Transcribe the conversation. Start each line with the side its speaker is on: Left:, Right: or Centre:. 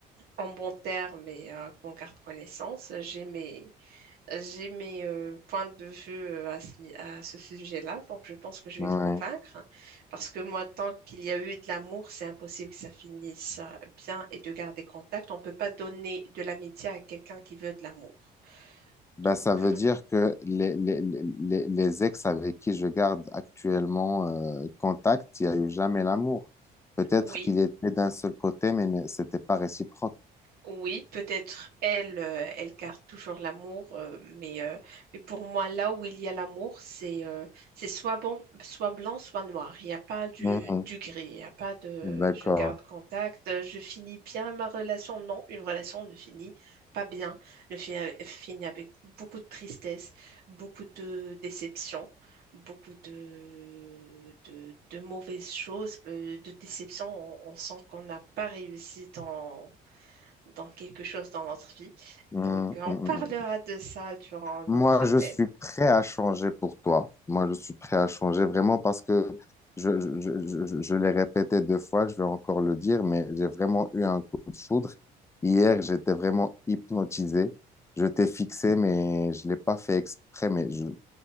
Right: en bon terme et euh, qu'on garde connaissance. J'ai mes, j'ai mes euh, points de vue euh, à ce, ni- à ce sujet-là, donc je pense que je
Left: Ouais.
Right: vais te convaincre. Parce que moi, tant qu'il y a eu de l'amour, c'est impossible que ça finisse euh, bien et de garder contact. On ne peut pas donner de l'amitié à quelqu'un qui veut de l'amour.
Left: Ben,
Right: Donc,
Left: ça veut
Right: euh,
Left: dire que les, les, les, les les ex avec qui je garde actuellement euh, contact, il n'y a eu jamais l'amour. Peut-être
Right: oui,
Left: qu'il était d'un seul côté, mais ne- c'était pas réciproque.
Right: Oui, peut-être elle, euh, elle garde toujours l'amour, euh, mais, euh, mais pour moi, là où il y a l'amour, c'est euh, c'est soit bon, soit blanc, soit noir. Il n'y a pas du,
Left: Mhm.
Right: du gris, il n'y a pas de
Left: D'accord.
Right: je garde contact, euh, je finis bien ma relation. Non, une relation ne finit pas bien, ne finit, avec finit avec beaucoup de tristesse, beaucoup de déception, beaucoup de, de, de mauvaises choses, euh, de déception. On, on sent qu'on n'a pas réussi dans dans quelque chose dans notre vie.
Left: Mhm.
Right: Donc, euh, on
Left: Mhm.
Right: parlera de ça durant notre
Left: Moi,
Right: appel.
Left: je suis prêt à changer pour toi. Moi, je suis prêt à changer vraiment parce que je, je, je, je, je l'ai répété deux fois, je vais encore le dire, mais j'ai vraiment eu un coup de foudre. Hier, j'étais vraiment hypnotisé. Je t'ai fixé, mais je ne l'ai pas fait exprès, mais je,